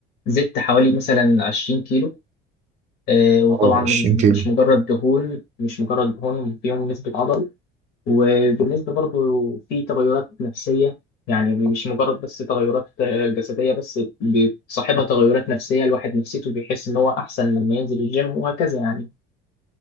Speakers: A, on the left; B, on the right.
A: زدت حوالي مثلا 20 كيلو أه وطبعا
B: اه
A: مش
B: 20
A: مش
B: كيلو
A: مجرد دهون مش مجرد دهون فيهم نسبة عضل وبالنسبة برضو في تغيرات نفسية يعني مش مجرد بس تغيرات آه، جسدية بس بتصاحبها تغيرات نفسية الواحد نفسيته بيحس إن هو أحسن لما ينزل الجيم وهكذا يعني